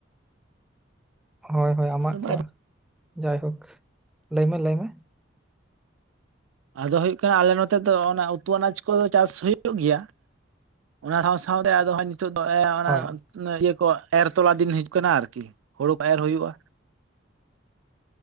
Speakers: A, in the centre; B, on the right.
A: ᱦᱳᱭ ᱦᱳᱭ ᱟᱢᱟᱜ
B: ᱫᱚ ᱵᱟᱭ
A: ᱛᱷᱚᱲ ᱡᱟᱭᱦᱳᱠ ᱞᱟᱹᱭ ᱢᱮ ᱞᱟᱹᱭ ᱢᱮ
B: ᱟᱫᱚ ᱦᱳᱜ ᱠᱟᱱᱟ ᱟᱞᱮ ᱱᱚᱛᱮ ᱫᱚ ᱚᱱᱟ ᱩᱛᱩ ᱟᱱᱟᱡ ᱠᱚ ᱫᱚ ᱪᱟᱥ ᱦᱩᱭᱩᱜ ᱜᱮᱭᱟ ᱚᱱᱟ ᱥᱟᱶ ᱥᱟᱶ ᱨᱮ ᱟᱫᱚ ᱦ ᱱᱤᱛᱚᱜ ᱫᱚ ᱚᱱᱟ
A: ᱦᱳᱭ
B: ᱤᱭᱟᱹ ᱠᱚ ᱮᱨ ᱛᱚᱞᱟ ᱫᱤᱱ ᱦᱤᱡ ᱠᱟᱱᱟ ᱟᱨᱠᱤ ᱦᱳᱲᱩ ᱠᱚ ᱮᱨ ᱦᱩᱭᱩᱜᱼᱟ